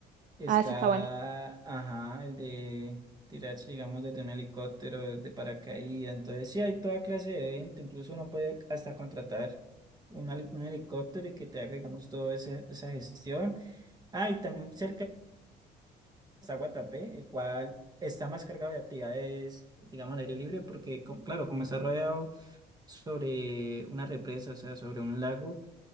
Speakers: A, on the right; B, on the right.
A: Está,
B: Ah, eso está bueno.
A: ajá, el de tirarse, digamos, desde un helicóptero, de paracaídas. Entonces, sí, hay toda clase de evento. Incluso uno puede hasta contratar un, heli- un helicóptero y que te haga, digamos, toda esa, esa gestión. Ah, y también cerca está Guatapé, el cual está más cargado de actividades, digamos, al aire libre, porque, co- claro, como está rodeado sobre una represa, o sea, sobre un lago.